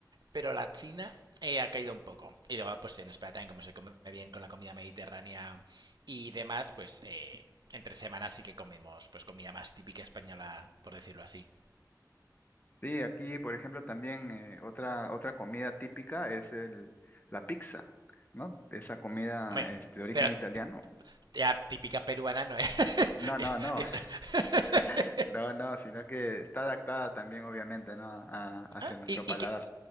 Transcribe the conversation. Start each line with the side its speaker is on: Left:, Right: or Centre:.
Right: pero la China eh, ha caído un poco. Y luego, pues en España también, como se come bien con la comida mediterránea y demás, pues eh, entre semanas sí que comemos pues comida más típica española, por decirlo así.
Left: Sí, aquí, por ejemplo, también eh, otra, otra comida típica es el, la pizza, ¿no? Esa comida,
Right: Hombre,
Left: este, de origen
Right: pero
Left: italiano.
Right: t- la típica peruana no es. <laughs>
Left: No, no,
Right: es-
Left: no,
Right: es-
Left: <laughs>
Right: <laughs>
Left: no, no, sino que está adaptada también, obviamente, ¿no? A- hacia
Right: Ah,
Left: nuestro
Right: ¿Y,
Left: paladar.
Right: y qué,